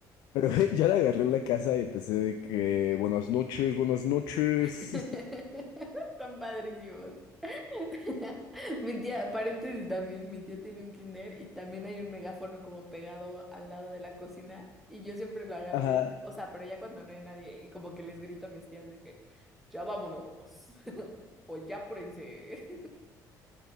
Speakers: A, on the left; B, in the centre.
A: Pero <laughs> güey, yo la agarré en la casa y empecé de que, buenas noches, buenas noches.
B: <laughs> Son padrísimos. <laughs> Mi tía, paréntesis también, mi tía tiene un kinder y también hay un megáfono como pegado al lado de la cocina y yo siempre lo agarro
A: <laughs> Ajá.
B: y es, o sea, pero ya cuando no hay nadie y como que les grito a mis tías de que ya vámonos <laughs> o ya apúrense.